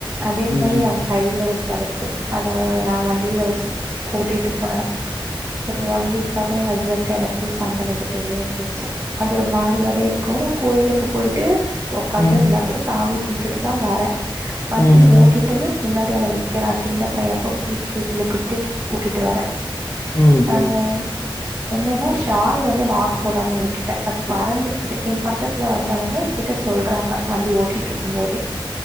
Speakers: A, on the right (about 30°); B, on the left (about 35°).
A: அதே
B: ம், ம்,
A: மாரி அவ கையில ஒரு தழும் அதா நா வண்டியில வச்சு கூட்டிட்டு போனே ஒரு ஒன் வீக்காவே ஏ ஹஸ்பண்ட்கு எனக்கு சண்ட வந்துட்டே இருந்துச்சு அது ஒரு மாரியாவே இருக்கு கோயிலுக்கு போயிட்டு உக்காந்து
B: ம்,
A: ரிலாக்ஸா சாமி கும்புட்டு தா வாரே வண்டி
B: ம்,
A: ஓட்ரப்பயு முன்னாடி அவ நிக்கிறா சின்ன பையே அப்போ ப்ரீ கே ஜியில உட்டுட்டு கூட்டிட்டு வரே
B: ம்
A: ஆ
B: ம்
A: என்னன்னா ஷால் வந்து நாட் போடாம விட் ட்ட அது பறந்திருக்குது என் பக்கத்துல வந்தவங்க எங் கிட்ட சொல்றாங்க வண்டி ஓட்டிட்டு ருக்கும் போதே